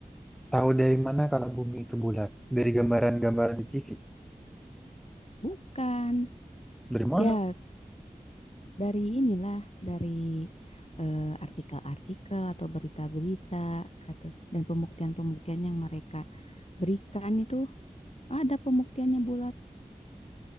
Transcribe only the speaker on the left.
Bukan.
Ya dari inilah, dari eh, artikel-artikel atau berita-berita kata dan pembuktian-pembuktian yang mereka berikan itu ada pembuktiannya bulat.